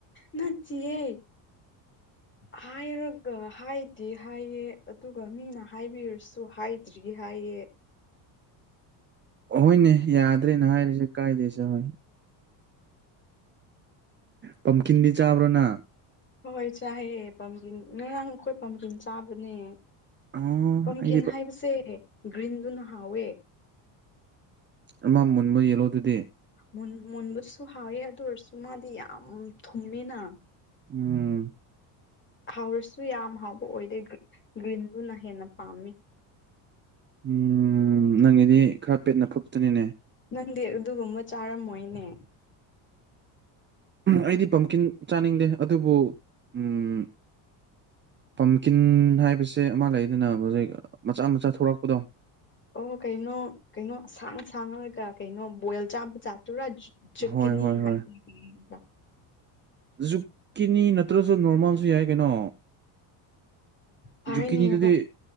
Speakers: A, on the left; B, on the right.
A: ꯅꯠꯇꯤꯌꯦ
B: <inaudible>
A: ꯍꯥꯏꯔꯒ ꯍꯥꯏꯗꯦ ꯍꯥꯏꯌꯦ ꯑꯗꯨꯒ ꯃꯤꯅ ꯍꯥꯏꯕꯤꯔꯁꯨ ꯍꯥꯏꯗ꯭ꯔꯤ ꯍꯥꯏꯌꯦ
B: ꯍꯣꯏꯅꯦ ꯌꯥꯗ꯭ꯔꯦꯅ ꯍꯥꯏꯔꯁꯦ ꯀꯥꯏꯗꯦ ꯍꯣꯏ ꯄꯝꯀꯤꯟꯗꯤ ꯆꯥꯕ꯭ꯔꯣ ꯅ
A: ꯍꯣꯏ ꯍꯣꯏ ꯆꯥꯏꯌꯦ ꯄꯝꯀꯤꯟ ꯅꯤꯉꯣꯟ ꯈꯣꯏ ꯄꯝꯀꯤꯟ ꯆꯥꯕꯅꯦ
B: ꯑꯣ
A: ꯀꯝꯀꯤꯟ
B: ꯑꯩꯗꯤ
A: ꯍꯥꯏꯕꯁꯦ ꯒ꯭ꯔꯤꯟꯗꯨꯅ ꯍꯥꯎꯋꯦ
B: ꯑꯃ ꯃꯨꯟꯕ ꯌꯦꯜꯂꯣꯗꯨꯗꯤ
A: ꯃꯨꯟ ꯃꯨꯟꯕꯁꯨ ꯍꯥꯎꯋꯦ ꯑꯗꯨ ꯑꯣꯏꯔꯁꯨ ꯃꯥꯗꯤ ꯌꯥꯝ ꯊꯨꯝꯃꯦꯅ
B: ꯎꯝ
A: ꯍꯥꯎꯔꯁꯨ ꯌꯥꯝ ꯍꯥꯎꯕ ꯑꯣꯏꯗꯦ ꯒ꯭ꯔꯤ ꯒ꯭ꯔꯤꯟꯗꯨꯅ ꯍꯦꯟꯅ ꯄꯥꯝꯃꯦ
B: ꯎꯝ ꯅꯪꯒꯤꯗꯤ ꯈꯔ ꯄꯦꯠꯅ ꯐꯨꯠꯇꯨꯅꯤꯅꯦ
A: ꯅꯪꯗꯤ ꯑꯗꯨꯒꯨꯝꯕ ꯆꯥꯔꯝꯃꯣꯏꯅꯦ
B: ꯑꯩꯗꯤ ꯄꯝꯀꯤꯟ ꯆꯥꯅꯤꯡꯗꯦ ꯑꯗꯨꯕꯨ ꯎꯝ ꯄꯝꯀꯤꯟ ꯍꯥꯏꯕꯁꯦ ꯑꯃ ꯂꯩꯗꯅ ꯍꯧꯖꯤꯛ ꯃꯆꯥ ꯃꯆꯥ ꯊꯣꯛꯂꯛꯄꯗꯣ
A: ꯑꯣ ꯀꯩꯅꯣ ꯀꯩꯅꯣ ꯁꯥꯡ ꯁꯥꯡꯉꯒ ꯀꯩꯅꯣ ꯕꯣꯏꯜ ꯆꯥꯕ ꯆꯥꯠꯇꯨꯔꯥ ꯆꯨꯀꯤꯅꯤ
B: ꯍꯣꯏ ꯍꯣꯏ
A: <unintelligible>
B: ꯍꯣꯏ ꯖꯨꯛꯀꯤꯅꯤ ꯅꯠꯇ꯭ꯔꯁꯨ ꯅꯣꯔꯃꯦꯜꯁꯨ ꯌꯥꯏ ꯀꯩꯅꯣ
A: ꯐꯔꯦꯅꯦꯕ
B: ꯖꯨꯛꯀꯤꯅꯤꯗꯨꯗꯤ